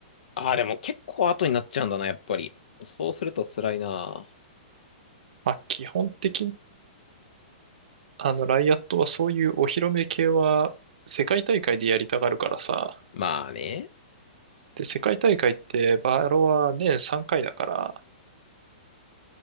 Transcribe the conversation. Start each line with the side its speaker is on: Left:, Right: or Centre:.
Left: あー、でも結構後になっちゃうんだな、やっぱり。そうすると辛いな。
Right: まあ、基本的あの、ライアットはそういうお披露目系は世界大会でやりたがるからさ。
Left: まあね。
Right: で、世界大会ってバロは年3回だから、